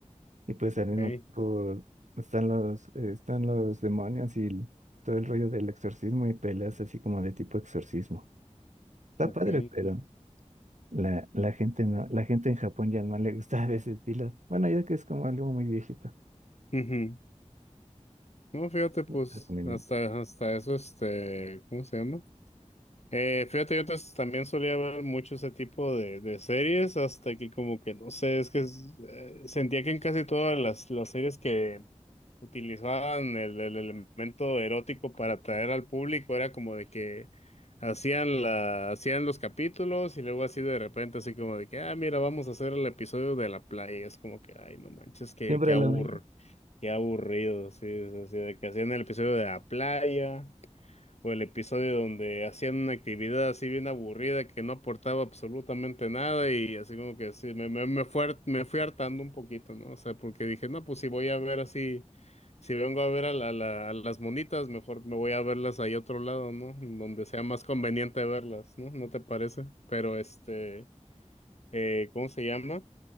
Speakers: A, on the right; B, on the left.
A: Y pues
B: ok,
A: al mismo tiempo están los, eh, están los demonios y el- todo el rollo del exorcismo y peleas así como de tipo exorcismo. Está
B: ok.
A: padre, pero la, la gente no, la gente en Japón ya no le gusta <laughs> ese estilo. Bueno, ya que es como algo muy viejito,
B: Ujú. No, fíjate, pues,
A: recomiendo.
B: hasta, hasta eso, este, ¿cómo se llama? Eh, fíjate, yo antes también solía ver mucho ese tipo de, de series, hasta que como que, no sé, es que es- eh, sentía que en casi todas las, las series que, utilizaban el, el elemento erótico para atraer al público, era como de que hacían la, hacían los capítulos y luego así de repente así como de que, ah, mira, vamos a hacer el episodio de la playa, y es como que, ay, no manches, qué,
A: Siempre
B: qué abur
A: lo mismo.
B: qué aburrido, sí, es así de que hacían el episodio de la playa. O el episodio donde hacían una actividad así bien aburrida que no aportaba absolutamente nada y así como que sí, me, me, me fue hart- me fui hartando un poquito, ¿no? O sea, porque dije, no, pues si voy a ver así, si vengo a ver a, la- a la- a las monitas, mejor me voy a verlas ahí otro lado, ¿no? Donde sea más conveniente verlas, ¿no? ¿No te parece? Pero este, eh, ¿cómo se llama?